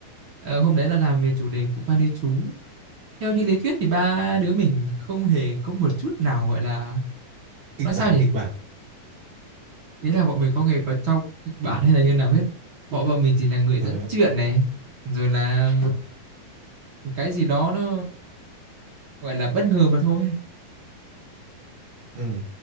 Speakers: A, on the right; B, on the right.
A: ờ, hôm đấy là làm về chủ đề cụ Phan Huy Chú theo như lý thuyết thì ba đứa mình không hề có một chút nào gọi là
B: kịch
A: nói sao
B: bản
A: nhỉ
B: kịch bản.
A: ý là bọn mình không hề có trong kịch bản hay là như nào hết bọn bọn mình chỉ là người
B: Ờ.
A: dẫn chuyện này rồi là một, một cái gì đó nó gọi là bất ngờ mà thôi
B: Ừ.